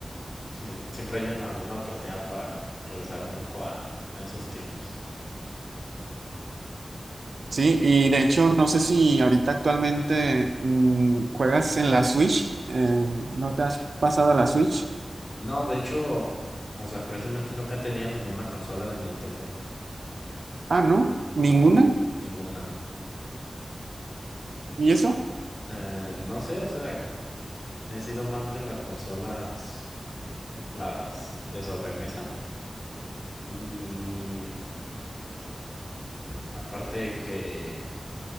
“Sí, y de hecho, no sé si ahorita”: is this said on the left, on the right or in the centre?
Right